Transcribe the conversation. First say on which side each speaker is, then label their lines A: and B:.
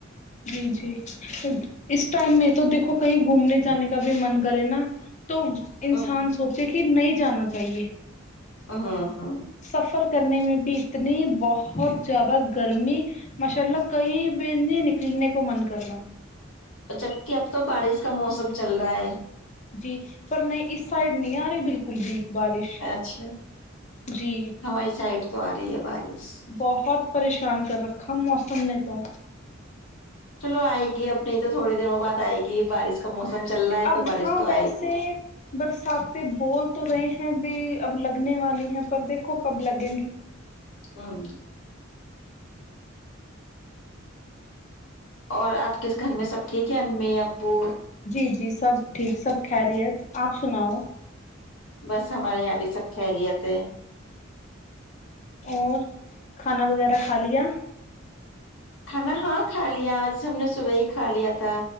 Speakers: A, on the left; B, on the left.
A: جی جی اس ٹائم میں تو دیکھو کہیں گھومنے جانے کا بھی من کرے نا تو
B: ہوں
A: انسان سوچے کہ نہیں جانا چاہیے
B: ہوں ہوں
A: سفر کرنے میں بھی اتنی بہت زیادہ گرمی ماشاء اللہ کہیں بھی نہیں نکلنے کو من کر رہا
B: جبک اب تو بارش کا موسم چل رہا ہے
A: جی پر نہیں اس سائڈ نہیں آ رہی بالکل بھی بارش
B: اچھا
A: جی
B: ہماری سائڈ تو آ رہی ہے بارش
A: بہت پریشان کر رکھا موسم نے تو
B: چلو آئے گی اب نہیں تو تھوڑے دنوں بعد آئے گی بارش کا موسم چل
A: جی
B: رہا ہے
A: اب
B: تو بارش
A: ہاں
B: تو
A: ویسے
B: آئے گی
A: برساتیں بول تو رہے ہیں بھی اب لگنے والی ہیں پر دیکھو کب لگیں گی
B: ہوں اور آپ کے گھر میں سب ٹھیک ہے امی ابو
A: جی جی سب ٹھیک سب خیریت آپ سناؤ
B: بس ہمارے یہاں بھی سب خیریت ہے
A: اور کھانا وغیرہ کھا لیا
B: کھانا ہاں کھا لیا آج ہم نے صبح ہی کھا لیا تھا